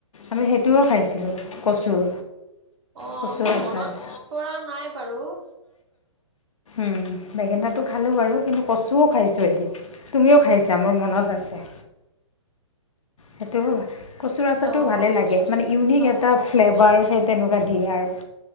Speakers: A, on the left; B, on the right.
A: আমি সেইটোও খাইছিলোঁ কচুৰ।
B: অঁ
A: কচুৰ
B: মোৰ
A: আচাৰ।
B: মনত
A: অঁ
B: পৰা নাই বাৰু।
A: উম বেঙেনাটো খালো
B: হয়
A: বাৰু কিন্তু- কচুও খাইছোঁ এদিন, তুমিও খাইছা মোৰ মনত আছে। সেইটো কচুৰ আচাৰটো
B: অ
A: ভালে লাগে।
B: আচ্ছা
A: মানে ইউনিক এটা ফ্লেভাৰ সেই তেনেকুৱা
B: উম
A: দিয়ে আৰু।